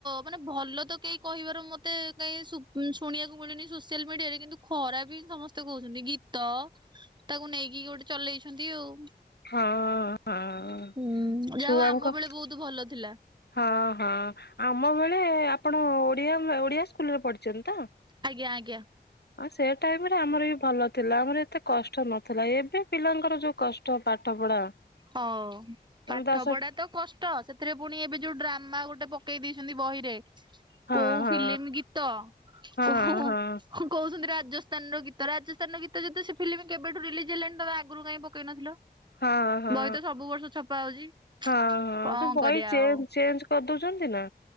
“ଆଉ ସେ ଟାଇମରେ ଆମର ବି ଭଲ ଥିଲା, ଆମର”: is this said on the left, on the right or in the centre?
Left